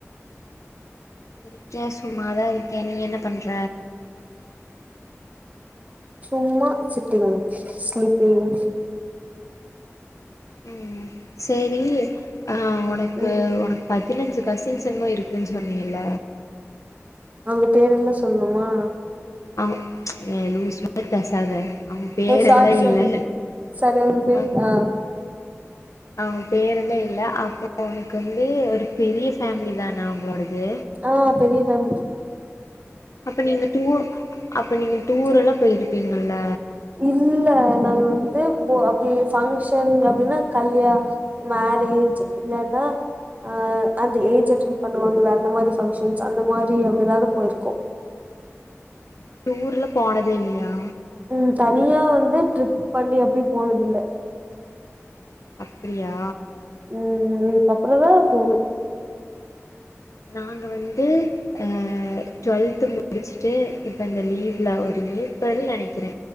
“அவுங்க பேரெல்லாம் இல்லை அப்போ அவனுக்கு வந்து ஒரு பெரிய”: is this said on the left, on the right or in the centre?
Left